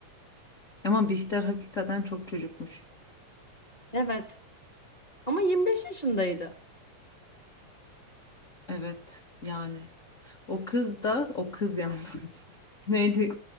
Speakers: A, on the left; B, on the left.
A: ama Bihter hakikaten çok çocukmuş.
B: Evet. Ama 25 yaşındaydı.
A: Evet yani o kız da o kız yalnız. <laughs> Neydi?